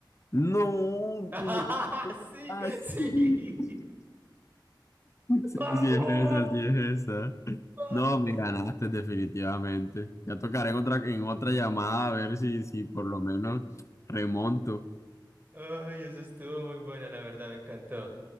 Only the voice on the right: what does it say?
<laughs>
Sí,
sí.
¡Vamos!
¡Vamos!
Ay, eso estuvo muy buena, la verdad, me encantó.